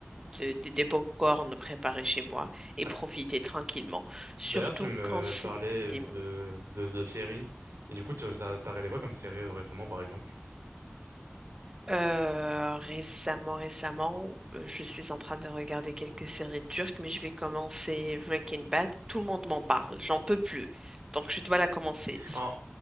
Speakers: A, on the right; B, on the right.
A: de- de- des pop-corn préparés chez moi et
B: Ouais.
A: profiter tranquillement. Surtout
B: D'ailleurs, tu me
A: quand c'est...
B: parlais
A: Dis-moi.
B: de, de, de séries. Et du coup, tu t'as, t'as regardé quoi comme série euh, récemment, par exemple?
A: Euh, récemment, récemment, euh, je suis en train de regarder quelques séries turques, mais je vais commencer Breaking Bad. Tout le monde m'en parle, j'en peux plus. Donc je dois la commencer.
B: En,